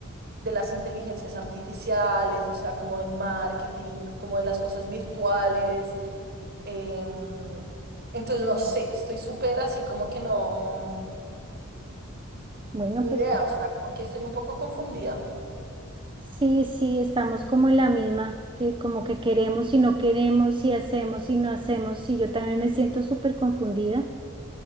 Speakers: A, on the right; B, on the right.
A: de las inteligencias artificiales, o sea, como del marketing, como de las cosas virtuales Em, entonces, no sé, estoy súper así como que no,
B: bueno,
A: ni
B: pero...
A: idea, o sea, como que estoy un poco confundida.
B: Sí, sí, estamos como en la misma, que como que queremos y no queremos, si hacemos y no hacemos, y yo también me siento súper confundida,